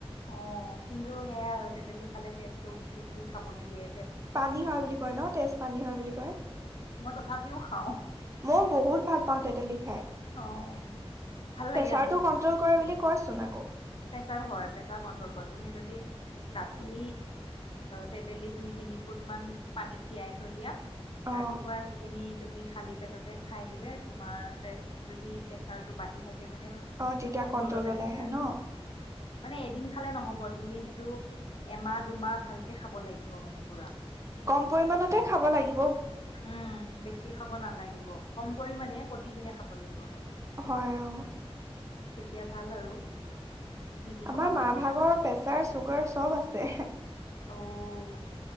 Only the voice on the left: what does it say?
অ, কিন্তু সেয়াই আৰু তেতেলি খালে তেজটো বেছি খাব নিদিয়ে
মই তথাপিও খাও।
অঁ ভাল লাগে
প্ৰেচাৰ হয় প্ৰেচাৰ কন্ট্ৰল কৰা তুমি যদি ৰাতি তেতেলী দুই, তিনি ফুট মান পানীত তিয়াই থৈ দিয়া
ৰাতিপুৱা সেইখিনি তুমি খালী পেটতে খাই দিলে তোমাৰ যদি প্ৰেচাৰটো বাঢ়ি থাকে মানে
কন্ট্ৰলত
আহি
যায় আৰু।
মানে এদিন খালে নহব তুমি সেইটো এমাহ দুমাহ ভালকে খাব লাগিব মানে পুৰা।
উম। বেছি খাব নালাগিব। কম পৰিমাণে প্ৰতিদিনে খাব লাগিব। খালি
তেতিয়া ভাল আৰু বি পি
থকা
মানুহ বিলাকৰ
অ